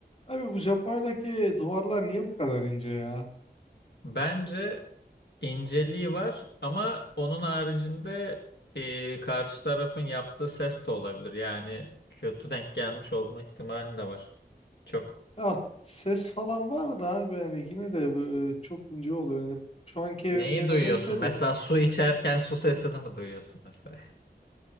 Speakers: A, on the left (about 35°); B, on the left (about 75°).
A: Abi bu Japonya'daki duvarlar niye bu kadar ince ya?
B: Bence inceliği var ama onun haricinde e, karşı tarafın yaptığı ses de olabilir. Yani kötü denk gelmiş olma ihtimali de var. Çok
A: Ya ses falan var da abi yani yine de e, çok ince oluyor. Yani şu anki evim
B: neyi
A: gene
B: duyuyorsun?
A: neyse
B: Mesela
A: de.
B: su içerken su sesini mi duyuyorsun mesela?